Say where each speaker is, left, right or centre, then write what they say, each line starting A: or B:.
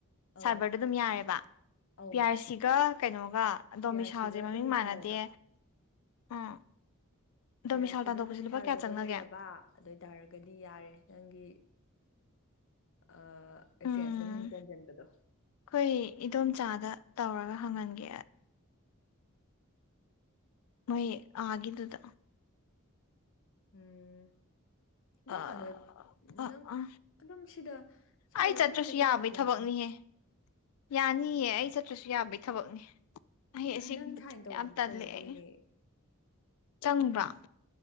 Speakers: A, on the left (about 60°); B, on the left (about 80°).
A: ꯑꯧ
B: ꯁꯥꯏꯕꯔꯗ ꯑꯗꯨꯝ ꯌꯥꯔꯦꯕ
A: ꯑꯧ
B: ꯄꯤ ꯌꯥꯔ ꯁꯤꯒ ꯀꯩꯅꯣꯒ ꯑ ꯗꯣꯃꯤꯁꯥꯏꯜꯁꯦ
A: ꯄꯤ ꯑꯥꯔ ꯁꯤꯒ
B: ꯃꯃꯤꯡ
A: ꯑꯗꯨꯝ
B: ꯃꯥꯟꯅꯗꯦ
A: ꯏꯁꯥꯜꯒ
B: ꯎꯝ
A: ꯄꯤ
B: ꯗꯣꯃꯤꯁꯥꯜ
A: ꯑꯥꯔ ꯁꯤꯒ
B: ꯇꯥꯟꯊꯣꯛꯄꯁꯦ
A: ꯗꯣꯃꯤꯁꯥꯏꯜꯒꯗꯣ
B: ꯂꯨꯄꯥ ꯀꯌꯥ ꯆꯪꯅꯒꯦ
A: ꯂꯩꯔꯕ ꯑꯗꯨꯑꯣꯏꯇꯥꯔꯒꯗꯤ ꯌꯥꯔꯦ ꯅꯪꯒꯤ ꯑꯥ ꯑꯦꯛꯆꯦꯟꯁꯇ
B: ꯎꯝ
A: ꯃꯤꯡ ꯆꯟꯁꯤꯟꯕꯗꯣ
B: ꯑꯩꯈꯣꯏ ꯏꯗꯣꯝꯆꯥꯗ ꯇꯧꯔꯒ ꯍꯪꯍꯟꯒꯦ ꯃꯣꯏ ꯑꯥ ꯒꯤꯗꯨꯗ
A: ꯎꯝ ꯗꯣ
B: ꯑꯥ
A: ꯑꯥꯗ
B: ꯑꯥ
A: ꯅꯪ ꯑꯗꯨꯝ ꯁꯤꯗ ꯁꯥꯏꯕꯔ
B: ꯑꯩ ꯆꯠꯇ꯭ꯔꯁꯨ
A: ꯑꯃ ꯍꯦꯛꯇꯗ
B: ꯌꯥꯕꯩ
A: ꯌꯥꯗꯣꯏꯅꯦ
B: ꯊꯕꯛꯅꯤꯍꯦ ꯌꯥꯅꯤꯌꯦ ꯑꯩ ꯆꯠꯇ꯭ꯔꯁꯨ ꯌꯥꯕꯒꯤ ꯊꯕꯛꯅꯦ ꯑꯩ ꯑꯁꯤꯒꯨꯝꯕꯗꯄ
A: ꯅꯪ ꯁꯥꯏꯟ
B: ꯌꯥꯝ ꯇꯜꯂꯦ
A: ꯇꯧꯗꯣꯏꯅꯦ
B: ꯑꯩ ꯆꯪꯕ꯭ꯔ